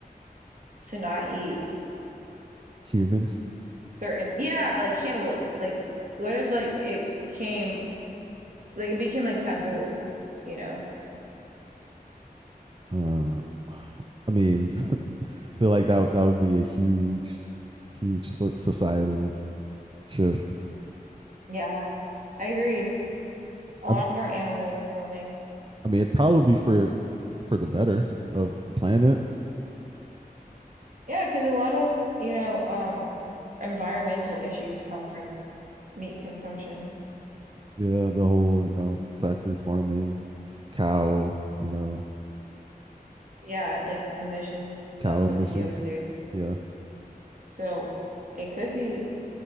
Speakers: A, on the right; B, on the right.
A: to not eat
B: humans.
A: certain, yeah, like cannibalism. Like, what if like it came like it became like taboo, you know?
B: Uh, I mean, <laughs> I feel like that that would be a huge, huge so- societal shift.
A: Yeah, I agree. A lot
B: I,
A: more animals roaming.
B: I mean, it'd probably be for for the better of the planet,
A: Yeah, because a lot of, you know, um, environmental issues come from meat consumption.
B: Yeah, the whole, you know, factory farming, cow, you know,
A: Yeah, like emissions
B: cow
A: of
B: emissions.
A: like CO2.
B: Yeah.
A: So it could be,